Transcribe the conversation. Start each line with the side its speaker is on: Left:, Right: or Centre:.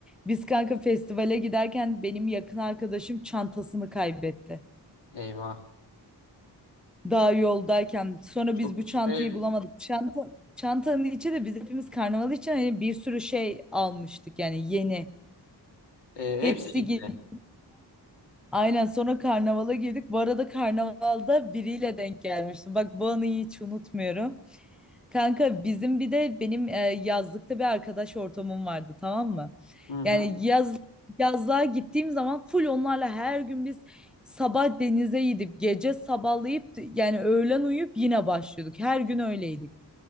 Centre: Biz kanka festivale giderken benim yakın arkadaşım çantasını kaybetti.
Left: Eyvah.
Centre: Daha yoldayken sonra
Left: Çok
Centre: biz bu çantayı
Left: e,
Centre: bulamadık. Çanta, çantanın içi de biz hepimiz karnaval için hani bir sürü şey almıştık yani yeni.
Left: e,
Centre: Hepsi
Left: hepsi gitti.
Centre: gitti. Aynen sonra karnavala girdik. Bu arada karnavalda biriyle denk gelmiştim. Bak bu anıyı hiç unutmuyorum. Kanka bizim bir de benim e, yazlıkta bir arkadaş ortamım vardı tamam mı?
Left: Hı hı.
Centre: Yani yaz yazlığa gittiğim zaman full onlarla her gün biz sabah denize gidip gece sabahlayıp yani öğlen uyuyup yine başlıyorduk. Her gün öyleydik.